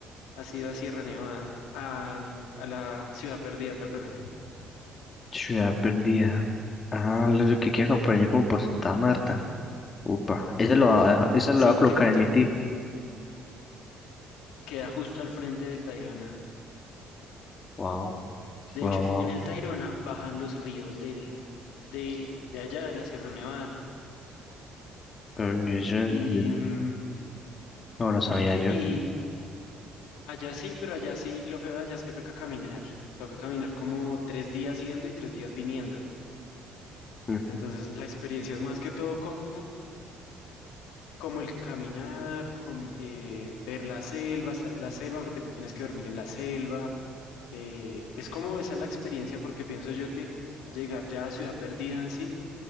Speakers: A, on the left; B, on the left.
A: ha sido a Sierra Nevada, a, mm, a la Ciudad Perdida, perdóname.
B: Ciudad perdida. Ah, lo que quiero acompañar como por Santa Marta. Upa, ese lo va a dejar- ese
A: Sí,
B: lo voy a colocar
A: que,
B: en
A: que
B: mi tip.
A: queda justo al frente del Tayrona.
B: Wow,
A: De
B: wow,
A: hecho,
B: wow.
A: en el Tayrona bajan los ríos del, de, de allá, de la Sierra Nevada.
B: Mm, y eso, mm,
A: Y, mm,
B: No lo sabía
A: ¿Y qué?
B: yo.
A: Y allá sí, pero allá sí, lo feo de allá es que toca caminar. Toca caminar como tres días yendo y tres días viniendo.
B: Mm,
A: Entonces, la experiencia es más que todo como, como el caminar, com- eh, ver la selva, estar en la selva, porque tú tienes que dormir en la selva. Eh, es como esa la experiencia, porque pienso yo que llegar ya a Ciudad Perdida en sí,